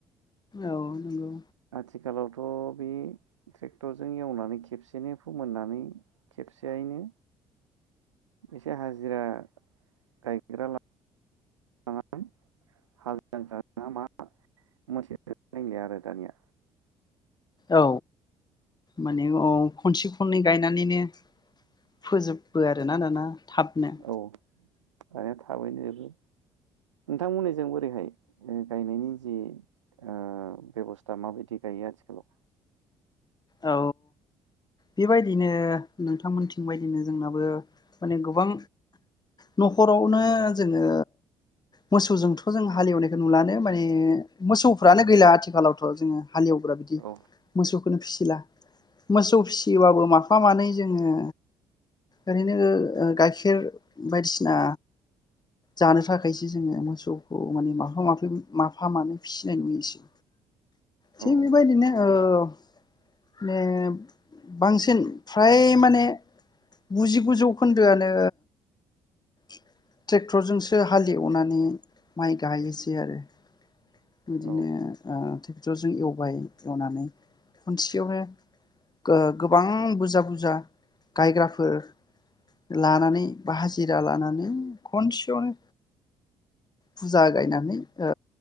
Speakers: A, on the left; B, on the right.
A: औ नंगौ।
B: आथिखालावथ' बे ट्रेक्टरजों एवनानै खेबसेनो फोमोननानै खेबसेयैनो एसे हाजिरा गायग्रा ला <unintelligible> आरो दानिया
A: औ माने औ खनसे खननै गायनानैनो फोजोबो आरोना दाना। थाबनो
B: औ दानिया थाबैनो जोबो नोंथांमोननिजों बोरैहाय ओ गायनायनि जि ओ बेबस्था माबायदि गायो आथिखालाव?
A: औ बेबायदिनो नोंथांमोनथिं बायदिनो जोंनाबो माने गोबां न'खरावनो जोङो मोसौजोंथ' जों हाल एवनायखो नुलानो माने मोसौफ्रानो गैला आथिखालावथ' जोङो हाल एवग्रा बिदि
B: औ
A: मोसौखोनो फिसि मोसौ फिसियोबाबो माफा मानै जोङो ओरैनो गाइखेर बायदिसिना जानो थाखायसो जोङो मोसौखौ माने माफा माफि माफा मानै फिसिनाय नुयोसै। थिक
B: औ
A: बेबायदि नो ओ मे बांसिन फ्राय माने गुजिगु जौ खोन्दोआनो ट्रेक्टरजोंसो हाल एवनानै माइ गायोसै आरो। बिदिनो
B: औ
A: ओ टरजों एवबाय एवनानै खनसेयावनो ओ गोबां बुजा बुरजा गायग्राफोर लानानै बा हाजिरा लानानै खनसेयावनो बुजा गायनानै ओ